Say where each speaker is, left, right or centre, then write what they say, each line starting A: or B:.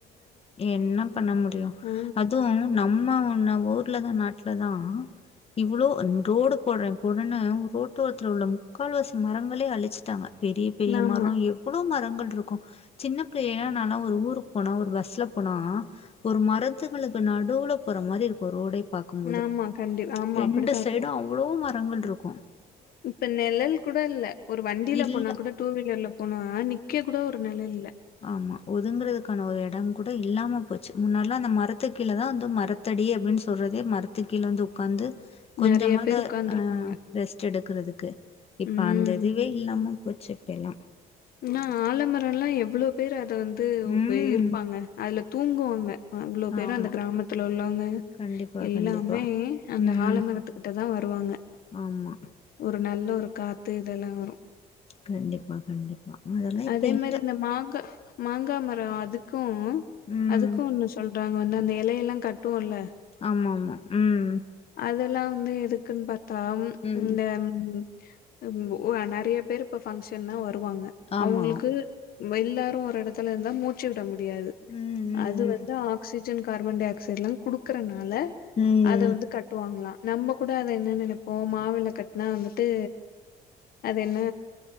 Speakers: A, on the left; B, on the left.
A: என்ன பண்ண முடியு
B: ஆ
A: அதுவும் நம் ம்ம ஒன்னு ஊர்லதா நாட்ல தா இவ்வளோ ரோடு போடுறே போட்றேனு ரோட்டோரத்தில் உள்ள முக்கால்வாசி மரங்களே அழிச்சுட்டாங்க பெரிய பெரிய
B: ஆமா
A: மரோ எவ்வளோ மரங் போல்ருக்கும் சின்ன பிள்ளைலல்லா நானாவ் ஒரு ஊருக்கு போன ஒரு பஸ் ஸ்ல போனா ஒரு மரத்துங்களுக்கு நடுவுல போற மாரி இருக்கு ரோடே பாக்கும்போது
B: ஆமா கண்டி ஆமா
A: ரெண்டு
B: அப்டித்தா
A: சைடும்
B: இருக்கு
A: அவ்ளோ மர ரங்கள் இருக்கும்
B: இப்ப நிழல் கூட இல்ல ஒரு வண்டியில
A: இல்ல
B: போனா கூட டூ வீலர்ல போன நிக் நிக்க கூட ஒரு நெழல் இல்ல.
A: ஆமா ஒதுங்கறதுக்கான ஒரு இடம் கூட இல்லாம போச்சு முன்னாடிலா அந்த மரத்துக்கு கீழேதா வந்து மரத்தடி அப்டின்னு சொல்றதே மரத்து கீழ வந்து உட்காந்து கொஞ்சமாது
B: நெறைய பேர் உட்கார்ந்துருப்பாங்க
A: அ ரெஸ்ட் எடுக்கறதுக்கு இப்ப
B: ம்
A: அந்த இதுவே இல்லாம போச்சி இப்ப எல்லா
B: நா ஆலமரம்ல எவ்ளோ பேரு துல வந்து உப
A: ம்.
B: இருப்பாங்க அதுல தூங்குவாங்க அவ்ளோ பேரு
A: ஆமா.
B: அந்த கிராமத்துல உள்ளவங்க
A: கண்டிப்பா,
B: எல்லாமே
A: கண்டிப்பா.
B: அந்த
A: ம்.
B: ஆலமரத்துக்கிட்ட தா வருவாங்க
A: ஆமா.
B: ஒரு நல்ல ஒரு காத்து இதெல்லா வரும்
A: கண்டிப்பா கண்டிப்பா அதெல்லாம்
B: அதே
A: இப்ப இல்ல.
B: மாரி இந்த மாங்கா மாங்கா மரம் அதுக்கு கும்
A: ம்.
B: அதுக்கும் ஒன்னு சொல்றாங்க வந்து அந்த எலையெல்லா கட்டடோவும்ல
A: ஆமாமா ம்
B: அதெல்லாம் வந்து எதுக்குன் பாத் தா
A: ம்.
B: இந்த ம் ம் உ நெறையா பேரு இப்ப பங்க்ஷன்னா வருவாங்க
A: ஆமா.
B: அவங்களுக்கு எல்லாரு ஒரு எடத்துல இருந்தா மூச்சு விட மு டியாது
A: ம், ம்,
B: அது
A: ம்.
B: வந்து ஆக்சிஜன் கார்பன் டை ஆக்சைடுலா குடுக்கற னால
A: ம்.
B: அத வந்து கட்டுவாங்கலா நம்ம கூட அத என்ன நெனைப்போ மாவிலை கட்டினா வந்துட்டு அது என்ன